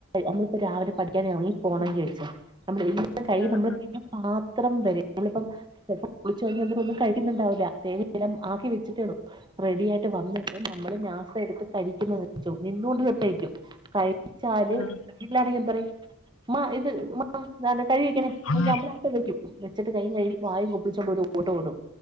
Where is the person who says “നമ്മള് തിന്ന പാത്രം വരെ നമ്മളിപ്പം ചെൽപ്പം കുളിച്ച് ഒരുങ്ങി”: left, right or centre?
Right